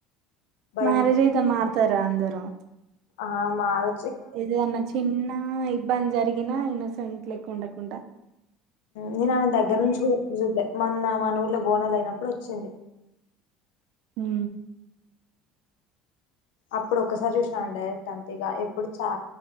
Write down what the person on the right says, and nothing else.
మ్యారేజ్ అయితే మార్ తరా అందరు
ఎదన్న చిన్న ఇబ్బంది జరిగి గిన ఇన్నోసెంట్లెక్క ఉండకుండ
మ్